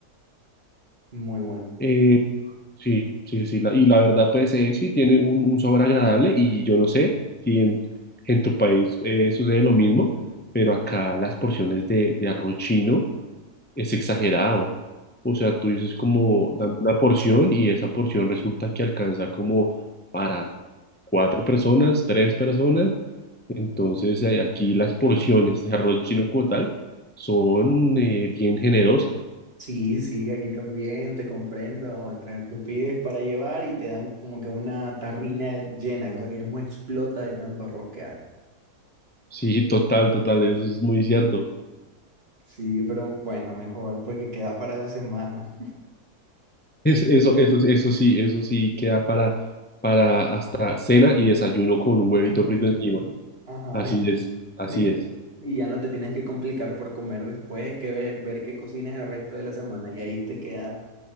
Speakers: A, on the right (about 40°); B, on the left (about 15°).
A: Muy bueno.
B: Eh, sí, sí, sí, la- y la verdad, pues eh, sí, tiene un, un sabor agradable y yo no sé si en, en tu país eh, sucede lo mismo, pero acá las porciones de, de arroz chino es exagerado. O sea, tú dices como dame una porción y esa porción resulta que alcanza como para cuatro personas, tres personas. Entonces, eh, aquí las porciones de arroz chino como tal son eh, bien generosas.
A: Sí, sí, aquí también te comprendo. Te- Tú pides para llevar y te dan como que una tarrina llena, o sea, que ya no explota de tanto arroz que hay.
B: Sí, total, total, eso es muy cierto.
A: Sí, pero bueno, mejor porque queda para la semana.
B: Es, eso, eso, eso sí, eso sí queda para, para hasta cena y desayuno con un huevito
A: Así.
B: frito encima.
A: Ajá,
B: Así es, así
A: Exacto.
B: es.
A: Y ya no te tienes que complicar por comer después, que ve- ver qué cocinas el resto de la semana. Y ahí te queda